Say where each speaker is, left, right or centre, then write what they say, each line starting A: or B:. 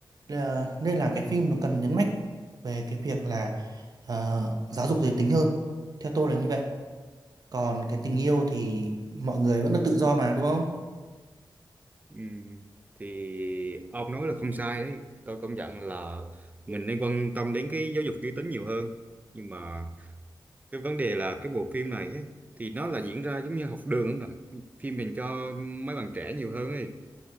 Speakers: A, on the right; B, on the right.
A: nên là, nên là cái phim nó cần nhấn mạnh về cái việc là ờ, giáo dục giới tính hơn theo tôi là như vậy còn cái tình yêu thì mọi người vẫn là tự do mà đúng không
B: Ừ, thì ông nói là không sai đấy tôi công nhận là mình nên quan tâm đến cái giáo dục giới tính nhiều hơn nhưng mà cái vấn đề là cái bộ phim này ấy, thì nó là diễn ra giống như học đường không ạ phim dành cho mấy bạn trẻ nhiều hơn ấy